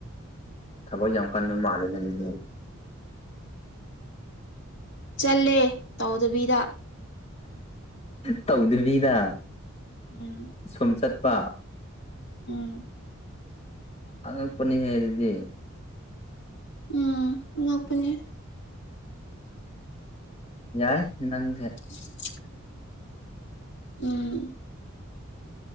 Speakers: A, on the left (about 30°); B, on the left (about 60°).
A: ꯊꯕꯛ ꯌꯥꯝ ꯀꯟꯕ ꯃꯥꯜꯂꯦꯅꯦ ꯑꯗꯨꯗꯤ
B: ꯆꯠꯂꯦ ꯇꯧꯗꯕꯤꯗ
A: ꯇꯧꯗꯕꯤꯗꯥ
B: ꯎꯝ
A: ꯁꯨꯝ ꯆꯠꯄ
B: ꯎꯝ
A: ꯑꯉꯛꯄꯅꯤ ꯍꯦ ꯑꯗꯨꯗꯤ
B: ꯎꯝ ꯉꯛꯄꯅꯦ
A: ꯌꯥꯏ ꯅꯪꯁꯦ
B: <inaudible> ꯎꯝ